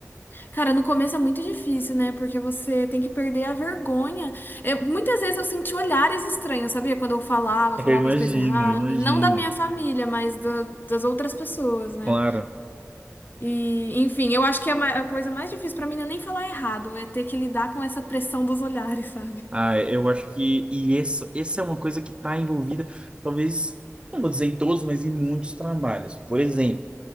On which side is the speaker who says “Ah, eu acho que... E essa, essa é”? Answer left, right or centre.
Right